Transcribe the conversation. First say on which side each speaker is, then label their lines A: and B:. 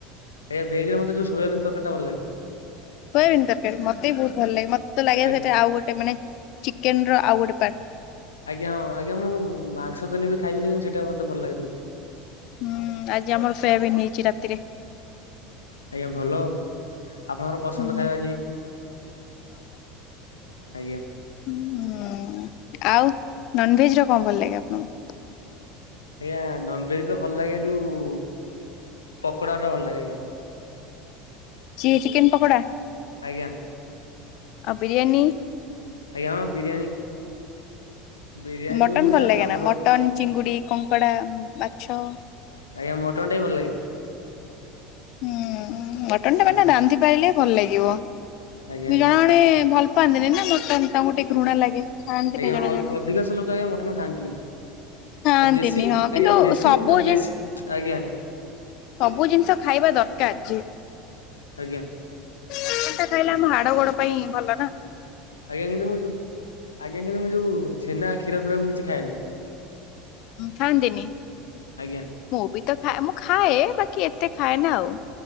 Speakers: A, on the left; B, on the left.
A: ଆଜ୍ ଭେଜରେ ମତେ ଯୋଉ ସୋୟବନ୍ ତରକାରୀ ଟା ଭଲ ଲାଗେ।
B: ସୋୟାବିନ ତରକାରୀ ମତେ ବି ବହୁତ ଭଲ ଲାଗେ। ମତେ ଲାଗେ
A: ଆଜ୍ଞା
B: ସେଇଟା ଆଉ ଗୋଟେ ମାନେ ଚିକେନ ର ଆଉ ଗୋଟେ ପାର୍ଟ।
A: ଆଜ୍ଞାଁ ହଁ ଆଜ୍ଞା ମୁଁ ମାଂସ ଦେନ୍ ବି ଖାଇବିନି କି ସେଇଟା ମତେ ଭଲ ଲାଗେ ସବଠୁ।
B: ହୁଁ ଆଜି ଆମର ସୋୟାବିନ୍ ହେଇଛି ରାତିରେ।
A: ଆଜ୍ଞା ଭଲ ଆପଣଙ୍କର ପସନ୍ଦ
B: ହୁଁ
A: ଖାଇବା ଆଜି ହେଇଛି। ଆଜ୍ଞା।
B: ହ୍ନୁ ଆଉ ନନଭେଜ ର କଣ ଭଲ ଲାଗେ ଆପଣଙ୍କୁ?
A: ଆଜ୍ଞା ନନଭେଜ ର ଭଲ ଲାଗେ ଯୋଉ ପକୋଡ଼ା ଭଲ ଲାଗେ ଆଜ୍ଞା।
B: ଜିଏ ଚିକେନ ପକୋଡ଼ା
A: ଆଜ୍ଞା
B: ଆଉ ବିରିୟାନୀ?
A: ଆଜ୍ଞା ହଁ ବିରିୟାନୀ। ବିରିୟାନୀ
B: ମଟନ ଭଲ
A: ଆଉ
B: ଲାଗେନା
A: ଆମର
B: ମଟନ, ଚିଙ୍ଗୁଡି, କଙ୍କଡା, ମାଛ?
A: ଆଜ୍ଞା ମଟନ ଟା ବି ଭଲ ଲାଗେ।
B: ହୁଁ ମଟନ ଟା ମାନେ
A: ଆଜ୍ଞା
B: ରାନ୍ଧି ପାଇାରଲେ ଭଲ ଲାଗିବ।
A: ଆଜ୍ଞା
B: ଦୁଇ ଜଣ ମାନେ ଭଲ ପାଆନ୍ତିନି ନା ମଟନ ତାଙ୍କୁ ଟିକେ ଘୃଣା ଲାଗେ। ଖାଆନ୍ତିନି
A: ଆଜ୍ଞା
B: ଜଣେ ଜଣେ
A: ଅଧିକାଂଶ ଲୋକ ଆଜ୍ଞା ମଟନ ଖାଆନ୍ତିନି। ଆଉ
B: ଖାଆନ୍ତିନି
A: ଦେଶୀ
B: ହଁ କିନ୍ତୁ
A: ଆଜ୍ଞା ଦେଶୀ
B: ସବୁ
A: ଆଉ
B: ଜିନିଷ
A: ଦେଶୀ ଆଜ୍ଞା।
B: ସବୁ ଜିନିଷ ଖାଇବା ଦରକାର ଅଛି।
A: ଆଜ୍ଞା
B: ସେଟା ଖାହିଲେ ଆମ ହାଡ ଗୋଡ ପାଇଁ ଭଲ ନା।
A: ଆଜ୍ଞା <unintelligible> ମୁଁ ଯୋଉ ଆଜ୍ଞା <unintelligible> ମୁଁ ଯୋଉ ଛେନା କ୍ଷୀର ଫ୍ର ମୁ କିଛି ଖାଏନି।
B: ଖାଆନ୍ତି ନି?
A: ଆଜ୍ଞା।
B: ମୁଁ ବି ତ ଖାଏ ମୁଁ ଖାଏ ବାକି ଏତେ ଖାଏ ନା ଆଉ।